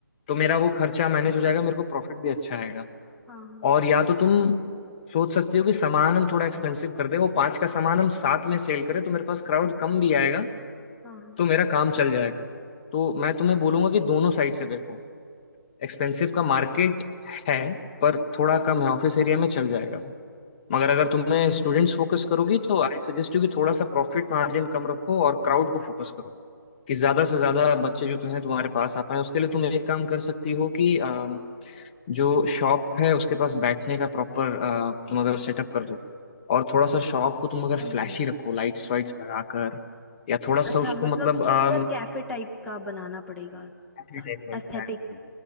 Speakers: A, on the left; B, in the centre.
A: तो मेरा वो खर्चा मैनेज हो जाएगा मेरे को प्रॉफिट भी अच्छा आएगा
B: हाँ
A: और या तो तुम सोच सकते हो कि सामान हम थोड़ा एक्सपेंसिव कर दें वो पाँच का सामान हम सात में सेल करें तो मेरे पास क्राउड कम भी आएगा
B: हाँ हाँ
A: तो मेरा काम चल जाएगा तो मैं तुम्हें बोलूंगा कि दोनों साइड से देखो एक्सपेंसिव का मार्केट है पर थोड़ा कम है ऑफिस एरिया में चल जाएगा वो मगर अगर तुम्हें स्टूडेंट्स फोकस करोगी तो आई सजेस्ट यू कि थोड़ा सा प्रॉफिट मार्जिन कम रखो और क्राउड को फोकस करो कि ज्यादा से ज्यादा बच्चे जो तुम्हें तुम्हारे पास आ पाए उसके लिए तुम एक काम कर सकती हो कि अम, जो शॉप है उसके पास बैठने का प्रॉपर तुम अगर सेटअप कर दो और थोड़ा सा शॉप को तुम अगर
B: ओहो
A: फ्लैशी रखो लाइट्स वाइट्स लगाकर या थोड़ा सा
B: अच्छा
A: उसको
B: मतलब
A: मतलब
B: सुंदर
A: अम,
B: कैफे टाइप का बनाना पड़ेगा
A: कैफे टाइप का
B: एस्थेटिक
A: एग्जैक्टली